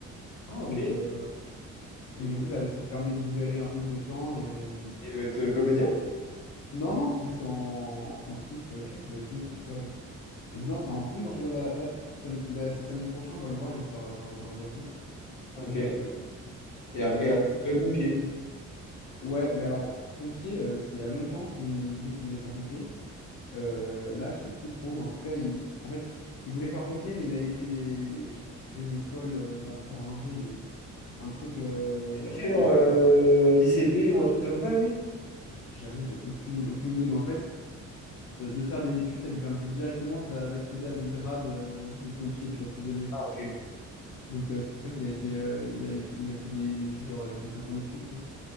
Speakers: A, on the left (about 80°); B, on the left (about 60°).
A: Ah, ok.
B: Donc, euh,
A: Il
B: donc
A: veut,
B: du coup, ça, ça lui permet de libérer un peu de temps. Et... euh,
A: il veut être euh, comédien?
B: Non, non, c'est juste en, en kiff. Euh, Je crois qu'il va être pompier sur la... Donc non, c'est en plus,
A: Non.
B: tu vois, là, là je crois que samedi- bah, c'est samedi prochain, on va le voir, il a sa, sa représentation.
A: Ok.
B: Donc,
A: Et
B: euh,
A: après,
B: mais
A: et
B: euh,
A: après, il veut être pompier.
B: ouais, mais alors, pompier, euh, c'était il y a longtemps qu'il nous disait qu'il voulait faire pompier. Euh, là, je sais plus trop, mais en tout cas, il... en fait, il voulait faire pompier, mais il avait fait des. Je sais pas si c'est pas une école, euh, d'in- pas d'ingé, mais un truc euh,
A: Il a fait
B: où
A: genre euh,
B: tu dois-
A: l'I C P ou un truc comme ça, lui?
B: Pff, j'avoue, j'ai aucune, aucune idée, mais en fait, euh, de faire des études, ça lui permettait directement d'a- d'accéder à des grades euh, de pompier, tu vois, plus élevés.
A: Ah, ok.
B: Donc, euh, c'est pour ça qu'il avait fait, euh, il avait fait, il a fait des études, genre, il a fait 5 ans d'études, quoi.